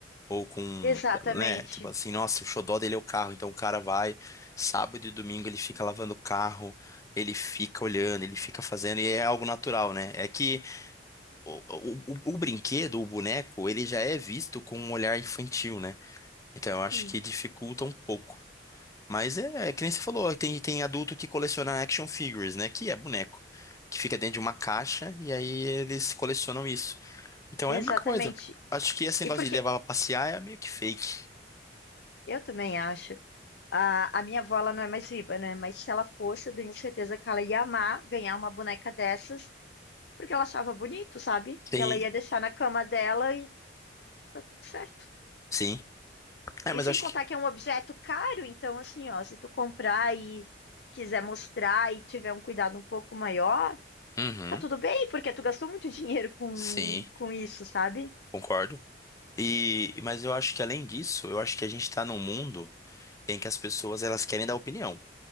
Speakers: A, on the left; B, on the left.
A: ou com,
B: Exatamente,
A: né, tipo assim, nossa, o xodó dele é o carro, então o cara vai, sábado e domingo ele fica lavando o carro, ele fica olhando, ele fica fazendo, e é algo natural, né, é que o, o, o- brinquedo, o boneco, ele já é visto com um olhar infantil, né? Então eu acho
B: sim,
A: que dificulta um pouco. Mas é, é que nem você falou, tem, tem adulto que coleciona action figures, né? Que é boneco. Que fica dentro de uma caixa e aí eles colecionam isso. Então
B: exatamente.
A: é a mesma coisa. Acho que esse
B: E
A: negócio
B: porque
A: de levar pra passear é meio que fake.
B: eu também acho, a, a minha avó ela não é mais viva, né? Mas se ela fosse, eu tenho certeza que ela ia amar ganhar uma boneca dessas, porque ela achava bonito, sabe?
A: Tem,
B: E ela ia deixar na cama dela e tá tudo certo.
A: sim. É,
B: E
A: mas
B: sem
A: eu acho
B: contar
A: que.
B: que é um objeto caro, então assim, ó, se tu comprar e quiser mostrar e tiver um cuidado um pouco maior,
A: Uhum,
B: tá tudo bem, porque tu gastou muito dinheiro com,
A: sim,
B: com isso, sabe?
A: concordo. E, mas eu acho que além disso, eu acho que a gente tá num mundo em que as pessoas elas querem dar opinião.